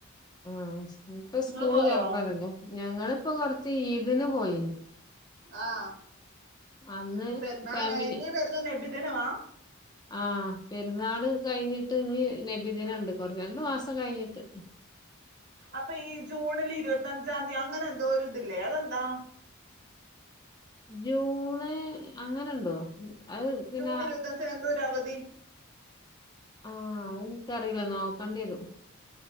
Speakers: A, on the left; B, on the right.
A: ആഹ് ഇപ്പ
B: നിങ്ങൾ
A: സ്കൂള്
B: പോയോ
A: തുറന്നല്ലോ ഞങ്ങളിപ്പ കൊറച്ച് ഈദിന് പോയി.
B: ആഹ്
A: അന്ന്
B: ഓ പെരുന്നാളങ്ങന
A: ഫാമിലി
B: ഇനി വര്ന്നത് നബിദിനവാ.
A: ആഹ് പെരുന്നാള് കഴിഞ്ഞിട്ട് ഇഞ്ഞ് നബിദിനണ്ട് കൊറ രണ്ടു മാസം കഴിഞ്ഞിട്ട്.
B: അപ്പൊ ഈ ജൂണില് ഇരുപത്തഞ്ചാം തീയതി അങ്ങനെ എന്തോ ഒരു ഇതില്ലേ അതെന്താ
A: ജൂണ് അങ്ങനെണ്ടോ. അത് പിന്നെ
B: ജൂൺ ഇരുപത്തഞ്ച് എന്തോ ഒര് അവധി.
A: ആഹ് അത്ഇന്ക്കറിയില്ല നോക്കണ്ടി വരും.